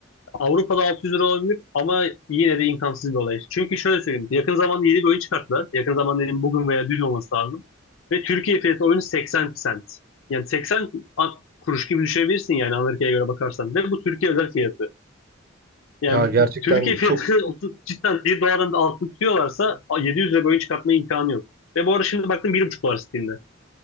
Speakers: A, on the left; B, on the right.
A: Avrupa'da 600 lira olabilir ama yine de imkansız bir olay. Çünkü şöyle söyleyeyim. Yakın zamanda yeni bir oyun çıkarttılar. Yakın zamanda dedim bugün veya dün olması lazım. Ve Türkiye fiyatı oyunu 80 sent. Yani 80 an- kuruş gibi düşünebilirsin yani Amerika'ya göre bakarsan. Ve bu Türkiye özel fiyatı. Yani
B: Ya gerçekten
A: bu, Türkiye fiyatı
B: çok...
A: <laughs> 30 cidden bir doların altını tutuyorlarsa a, 700 lira bir oyun çıkartma imkanı yok. Ve bu arada şimdi baktım 1,5 dolar Steam'de.